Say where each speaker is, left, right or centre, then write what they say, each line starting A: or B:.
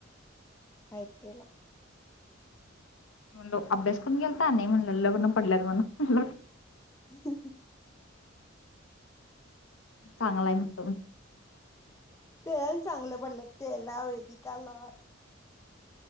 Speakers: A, on the left; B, on the left.
A: आहे तेला.
B: म्हणलो अभ्यास करून गेलता आम्ही म्हणल लग्न पडल्यात म्हणू.
A: ह हं हं.
B: चांगलाय म्हणतो म.
A: तेला आणि चागलं पडलीत तेला वेदिका ला.